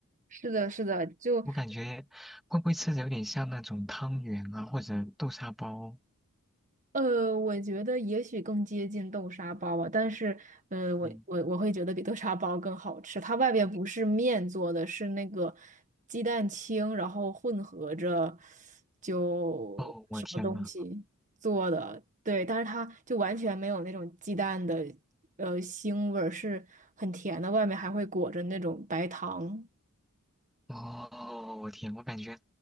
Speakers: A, on the right; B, in the centre.
A: 是的，是的，就
B: 我感觉会不会吃着有点像那种汤圆啊，或者豆沙包？
A: 呃，我觉得也许更接近豆沙包吧，但是呃，我我我会觉得比豆沙包更好吃。
B: 嗯，
A: 它外边不是面做的，是那个鸡蛋清，然后混合着就什么东西做的，
B: 哦，我天呐！
A: 对，但是它就完全没有那种鸡蛋的呃腥味儿，是很甜的，外面还会裹着那种白糖，
B: 哦，我天，我感觉